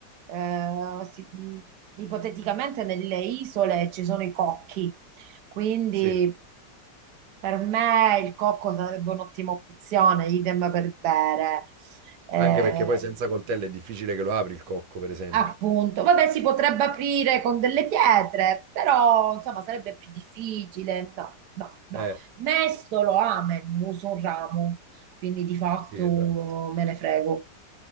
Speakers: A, on the right (about 70°); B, on the right (about 80°).
A: eh, si- mh, ipoteticamente nelle isole ci sono i cocchi, quindi
B: sì.
A: per me il cocco sarebbe un'ottima opzione, idem per bere. Eh,
B: Anche perché poi senza coltello è difficile che lo apri il cocco, per esempio.
A: Appunto, vabbè, si potrebbe aprire con delle pietre, però insomma sarebbe più difficile. No, no, no.
B: Eh,
A: Mestolo, amen, uso un ramo, quindi di fatto
B: sì, esatto.
A: me ne frego.